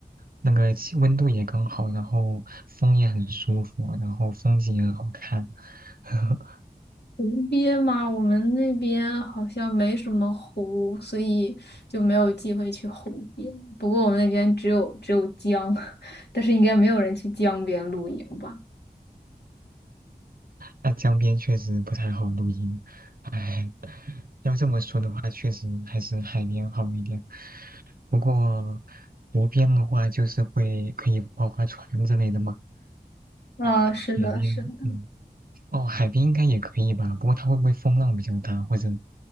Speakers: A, on the right; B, on the left.
A: 那个气温度也刚好，然后风也很舒服，然后风景也很好看。<laughs>
B: 湖边嘛，我们那边好像没什么湖，所以就没有机会去湖边。不过我们那边只有只有江，<laughs> 但是应该没有人去江边露营吧？
A: 那江边确实不太好露营，唉。要这么说的话，确实还是海边好一点。不过湖边的话，就是会可以划划船之类的嘛。
B: 呃，
A: 嗯海边，
B: 是的，是的，
A: 嗯，哦，海边应该也可以吧。不过它会不会风浪比较大，或者